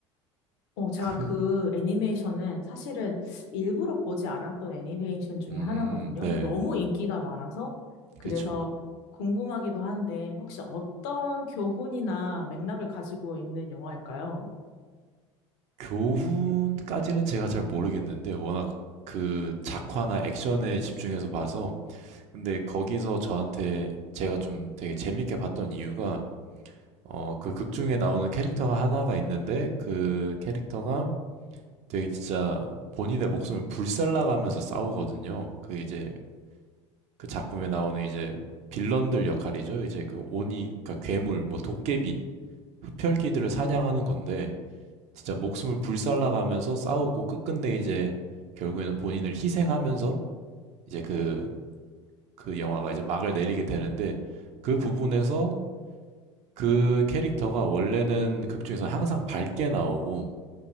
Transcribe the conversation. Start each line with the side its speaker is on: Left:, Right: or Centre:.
Left: 어, 제가
Right: 그,
Left: 그 애니메이션은 사실은 일부러 보지 않았던 애니메이션 중에
Right: 음
Left: 하나거든요.
Right: 네.
Left: 너무 인기가 많아서 그래서
Right: 그쵸.
Left: 궁금하기도 한데 혹시 어떤 교훈이나 맥락을 가지고 있는 영화일까요?
Right: 교훈까지는 제가 잘 모르겠는데 워낙 그 작화나 액션에 집중해서 봐서 근데 거기서 저한테 제가 좀 되게 재밌게 봤던 이유가 어 그 극 중에 나오는 캐릭터가 하나가 있는데 그 캐릭터가 되게 진짜 본인의 목숨을 불살라가면서 싸우거든요. 그 이제 그 작품에 나오는 이제 빌런들 역할이죠. 이제 그 오니 그러니까 괴물 뭐 도깨비, 흡혈귀들을 사냥하는 건데 진짜 목숨을 불살라가면서 싸우고 끝끝내 이제 결국에는 본인을 희생하면서 이제 그, 그 영화가 이제 막을 내리게 되는데 그 부분에서 그 캐릭터가 원래는 극 중에서 항상 밝게 나오고